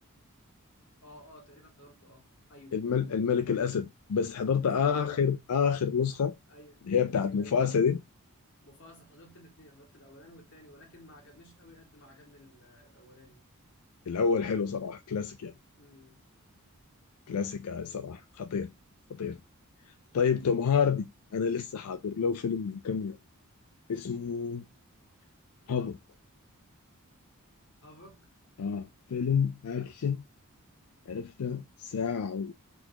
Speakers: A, on the left; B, on the left.
A: اه اه تقريبا حضرته اه ايوه
B: المل... الملك الاسد بس حضرت
A: ايوه
B: اخر
A: ايوه
B: اخر نسخه
A: ايوه
B: اللي هي بتاعت
A: ايوه
B: مفاسده
A: ايوه حضرت
B: دي
A: مفاصل حضرت الاثنين حضرت الاولاني والتاني ولكن ما عجبنيش قوي قد ما عجبني ال- الاولاني
B: الاول حلو صراحه كلاسيك يعني
A: امم
B: كلاسيك آه، صراحه خطير خطير طيب توم هاردي انا لسه حاضر له فيلم من كم يوم اسمه هابوك
A: هافك
B: اه فيلم اكشن عرفته ساعه و...